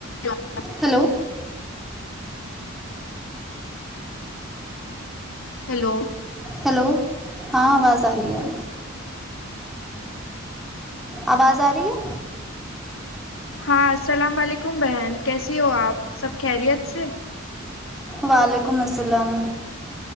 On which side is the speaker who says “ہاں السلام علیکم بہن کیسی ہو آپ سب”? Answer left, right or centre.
Left